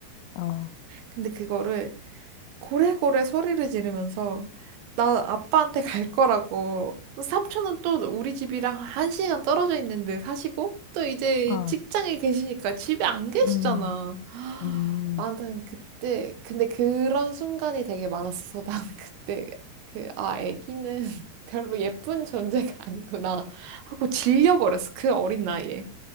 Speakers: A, on the left; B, on the right.
A: 어,
B: 근데 그거를 고래고래 소리를 지르면서 나 아빠한테 갈 거라고 삼촌은 또 우리 집이랑 한 시간 떨어져 있는데 사시고 또 이제
A: 어,
B: 직장에 계시니까 집에 안 계시잖아.
A: 음.
B: <gasps>
A: 음,
B: <sighs> 나는 그때 근데 그런 순간이 되게 많았어. <laughs> 나는 그때 그 아 애기는 <laughs> 별로 예쁜 존재가 아니구나 하고 질려버렸어. 그 어린 나이에.